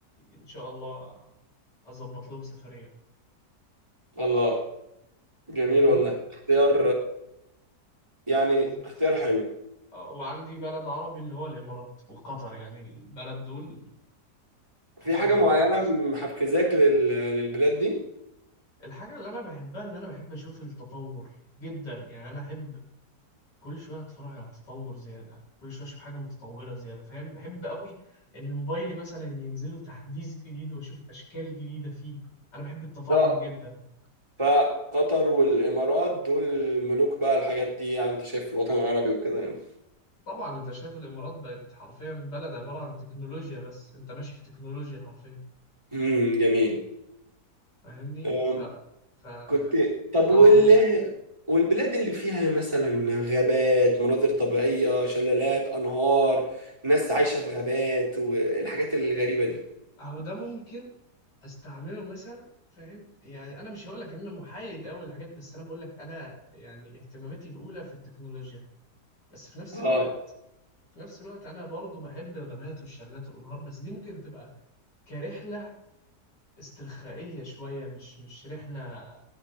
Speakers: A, on the left; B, on the right.
A: ان شاء الله اظبط لهم سفريه
B: الله جميل
A: فاهمني
B: والله اختيار
A: و-
B: يعني
A: بالظبط
B: اختيار حلو
A: آه، وعندي بلد عربي اللي هو الامارات وقطر يعني البلد دول محتاج
B: في حاجة
A: اروح
B: معينة
A: ابص
B: محفزاك لل... للبلاد دي
A: الحاجه اللي انا بحبها ان انا بحب اشوف التطور جدا يعني انا احب كل شويه اتفرج على تطور زياده كل شويه اشوف حاجه متطوره زياده فاهم بحب قوي ان موبايلي مثلا ينزل له تحديث جديد واشوف اشكال جديده فيه انا بحب التطور
B: اه
A: جدا
B: فقطر والإمارات دول ملوك بقى الحاجات دي يعني انت شايف في الوطن العربي وكده يعني
A: طبعا انت شايف الامارات بقت حرفيا بلد عباره عن تكنولوجيا بس انت ماشي في تكنولوجيا حرفيا
B: امم جميل
A: فاهمني
B: آه،
A: ف ف آه،
B: كنت طب
A: اقول
B: وال والبلاد اللي فيها مثلا غابات مناظر طبيعية شلالات أنهار ناس عايشة في غابات والحاجات الغريبة دي
A: اهو ده ممكن استعمله مثلا فاهم يعني انا مش هقول لك ان انا محايد قوي للحاجات دي، بس انا بقول لك انا يعني اهتماماتي الاولى في التكنولوجيا بس في نفس
B: اه
A: الوقت في نفس الوقت انا برضو بحب الغابات والشلالات والانهار بس دي ممكن تبقى كرحله استرخائيه شويه مش مش رحله